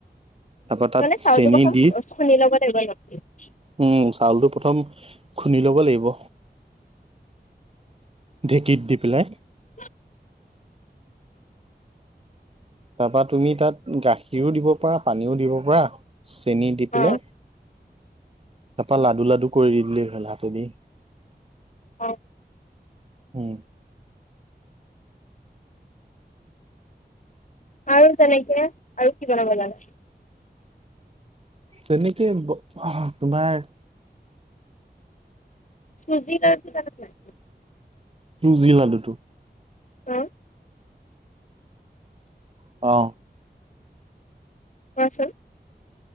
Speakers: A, on the right; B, on the left.
A: তাৰপা তাত
B: মানে চাউলটো
A: চেনি
B: প্ৰথম
A: দি
B: খ-খুন্দি ল'ব লাগিব <unintelligible>
A: উম, চাউলটো প্ৰথম খুন্দি ল'ব লাগিব। ঢেঁকীত দি পেলাই।
B: <inaudible>
A: তাৰপা তুমি তাত গাখীৰো দিব পাৰা, পানীও দিব পাৰা, চেনী দি পেলাই
B: অ
A: তাৰপা লাডু লাডু কৰি দি দিলে হ'ল হাতোনি।
B: অ'।
A: হুম।
B: আৰু তেনেকে আৰু কি বনাব জানা?
A: তেনেকে ব তোমাৰ
B: চুজি লাডুটো জানা নে নাই?
A: জি লাডুটো?
B: অ'।
A: অ'।
B: কোৱাচোন।